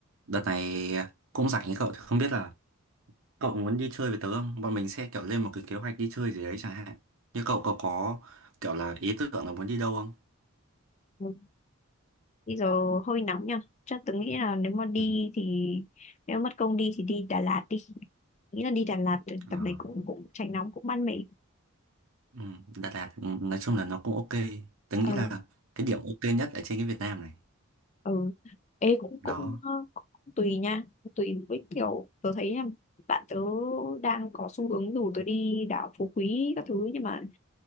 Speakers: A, on the right; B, on the left.
A: Đợt này cũng rảnh ấy cậu thì không biết là cậu muốn đi chơi với tớ không? Bọn mình sẽ kiểu lên một cái kế hoạch đi chơi gì đấy chẳng hạn. Như cậu cậu có kiểu là ý tưởng là muốn đi đâu không?
B: Ừ. Bây giờ hơi nóng nha. Chắc tớ nghĩ là nếu mà đi
A: Ừ.
B: thì nếu mất công đi thì đi Đà Lạt đi. Nghĩ là đi Đà Lạt thì
A: À.
B: tầm này cũng cũng tránh nóng cũng mát mẻ.
A: Ừ. Đà Lạt ừ, nói chung là nó cũng ok. Tớ nghĩ
B: Ờ
A: là cái điểm ok nhất ở trên cái Việt Nam này.
B: ừ. Ê cũng
A: Đó.
B: cũng, ờ, cũng tùy nha, cũng tùy với kiểu tớ thấy nha. Bạn tớ đang có xu hướng rủ tớ đi đảo Phú Quý các thứ nhưng mà